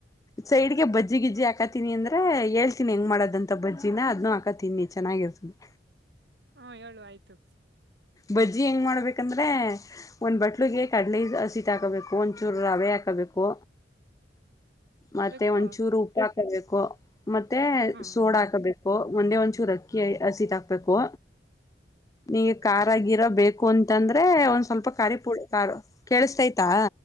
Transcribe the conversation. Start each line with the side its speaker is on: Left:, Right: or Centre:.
Left: ಸೈಡೀಗೆ ಬಜ್ಯಿ ಗಜ್ಯೀ ಹಾಕತೀನಿ ಅಂದ್ರ ಹೇಳ್ತಿನಿ ಹೆಂಗ್ ಮಾಡೋದಂತ ಬಜ್ಜಿನ ಅದ್ನು ಹಾಕತೀನಿ ಚನ್ನಾಗಿರ್ತ್ತ <inaudible>
Right: ಹಾ ಹೇಳು ಆಯ್ತು
Left: ಬಜ್ಜಿ ಹೆಂಗ್ ಮಾಡ್ಬೇಕಂದ್ರೆ ಒಂದ್ ಬಟ್ಲುಗೆ ಕಡಲೆ ಹಸಿಟ್ ಹಾಕೋಬೇಕು ಒಂದ ಚೂರು ರವೆ ಹಾಕ ಹಕಬೇಕು ಮತ್ತೆ
Right: ಬೇಕು
Left: ಒಂದಚೂರು ಉಪ್ಪು ಹಾಕಬೇಕು ಮತ್ತೆ
Right: ಹಾ
Left: ಸೋಡ ಹಾಕಬೇಕು ಒಂದೆ ಒಂಚೂರು ಅಕ್ಕಿ ಹಸಿಟ್ ಹಾಕ್ಬೇಕು ನೀ ಖಾರ ಗೀರ ಬೇಕು ಅಂತಂದ್ರೆ ಒಂದ ಸ್ವಲ್ಪ ಖಾರ ಪೂಡಿ ಕಾರು ಕೇಳಿಸಸ್ತೈತಾ